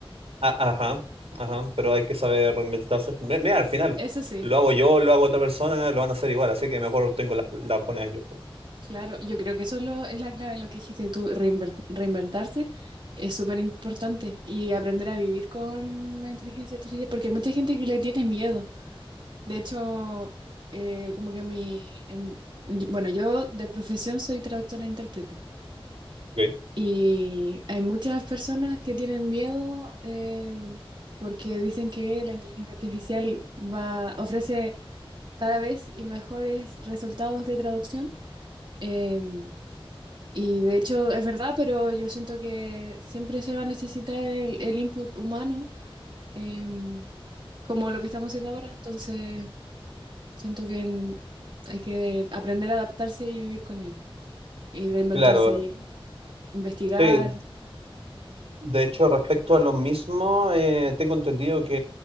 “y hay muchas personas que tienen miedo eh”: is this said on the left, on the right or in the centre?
Right